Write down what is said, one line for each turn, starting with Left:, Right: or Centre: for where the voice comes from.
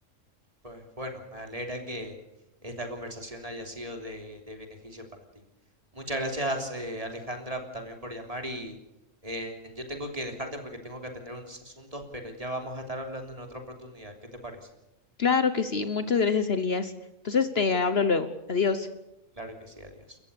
Right: Pues bueno, me alegra que esta conversación haya sido de, de beneficio para ti. Muchas gracias, eh, Alejandra, también por llamar y eh, yo tengo que dejarte porque tengo que atender unos asuntos, pero ya vamos a estar hablando en otra oportunidad. ¿Qué te parece?
Left: Claro que sí, muchas gracias, Elías. Entonces te hablo luego. Adiós.
Right: Claro que sí, adiós.